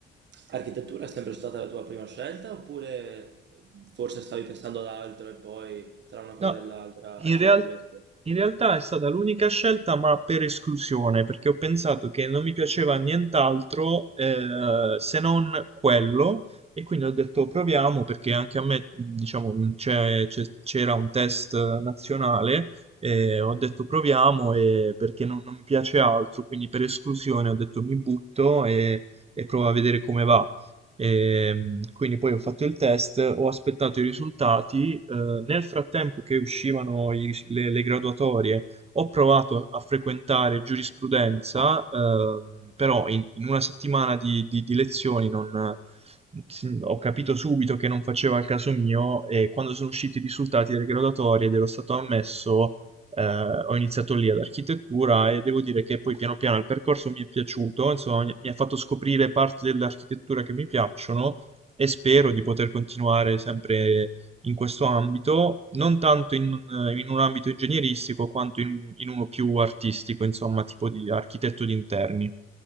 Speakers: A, on the right (about 65°); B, on the right (about 30°).
A: architettura è sempre stata la tua prima scelta oppure forse stavi pensando ad altro e poi tra una cosa
B: No,
A: e l'altra
B: In
A: hai scelto
B: real-
A: questo?
B: in realtà è stata l'unica scelta, ma per esclusione, perché ho pensato che non mi piaceva nient'altro eh, se non quello, e quindi ho detto proviamo, perché anche a me, mh, diciamo, mh, c'è- c'è- c'era un test eh, nazionale, e ho detto proviamo, e perché non, non mi piace altro, quindi per esclusione ho detto mi butto e, e provo a vedere come va. Ehm, quindi poi ho fatto il test, ho aspettato i risultati. eh, nel frattempo che uscivano i ris- le, le graduatorie, ho provato a frequentare giurisprudenza, ehm, però in, in una settimana di, di- di lezioni non- si- ho capito subito che non faceva il caso mio e quando sono usciti i risultati delle graduatorie ed ero stato ammesso, eh, ho iniziato lì ad architettura e devo dire che poi piano piano il percorso mi è piaciuto, insomma, mi mi ha fatto scoprire parti dell'architettura che mi piacciono e spero di poter continuare sempre in questo ambito, non tanto in, un in un ambito ingegneristico quanto in, in uno più artistico, insomma, tipo di architetto di interni.